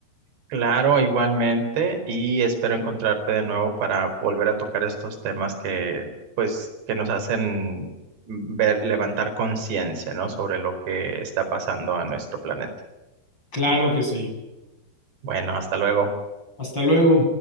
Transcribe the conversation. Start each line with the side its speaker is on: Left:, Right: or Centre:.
Right: Claro, igualmente, y espero encontrarte de nuevo para volver a tocar estos temas que, pues, que nos hacen ver, levantar conciencia, ¿no? Sobre lo que está pasando a nuestro planeta.
Left: Claro que sí.
Right: Bueno, hasta luego.
Left: Hasta luego.